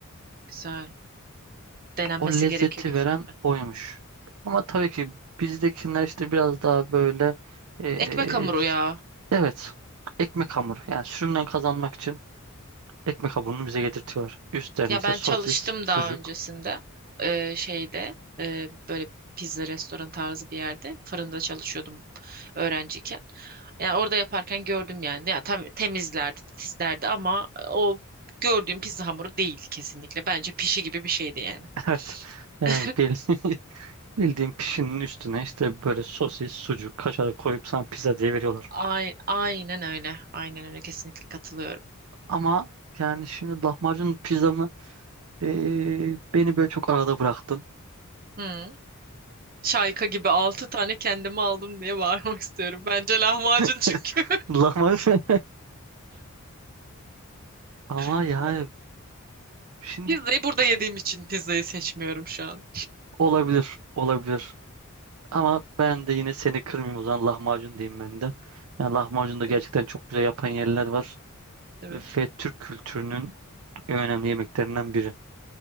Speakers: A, on the right (about 45°); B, on the right (about 85°).
A: güzel. Denenmesi
B: O lezzeti
A: gerekiyor kesin.
B: veren oymuş. Ama tabii ki bizdekiler işte biraz daha böyle eee,
A: Ekmek hamuru ya.
B: evet ekmek hamuru. Yani sürümden kazanmak için ekmek hamurunu bize getirtiyorlar. Üstlerine
A: Ya
B: işte
A: ben
B: sosis,
A: çalıştım
B: sucuk.
A: daha öncesinde.
B: <laughs>
A: Ee, şeyde e, böyle pizza restoran tarzı bir yerde fırında çalışıyordum öğrenciyken. Yani orada yaparken gördüm yani. Ya tam temizlerdi, titizlerdi ama o gördüğüm pizza hamuru değil kesinlikle. Bence pişi gibi bir şeydi yani.
B: Evet. Yani
A: <laughs>
B: bil, <laughs> bildiğin pişinin üstüne işte böyle sosis, sucuk, kaşar koyup sana pizza diye veriyorlar.
A: Ay, aynen öyle. Aynen öyle kesinlikle katılıyorum.
B: Ama yani şimdi lahmacun pizzamı eee, beni böyle çok arada bıraktın.
A: Hı. Şayka gibi altı tane kendime aldım diye bağırmak istiyorum. Bence lahmacun
B: <laughs>
A: çünkü.
B: Lahmacun ama
A: <laughs>
B: yani Şimdi
A: Pizzayı burada
B: pi
A: yediğim için pizzayı seçmiyorum şu an.
B: olabilir, olabilir. Ama ben de yine seni kırmayayım o zaman lahmacun diyeyim ben de. Yani lahmacun da gerçekten
A: Evet.
B: çok güzel yapan yerler var.
A: evet.
B: Ve Türk kültürünün en önemli yemeklerinden biri.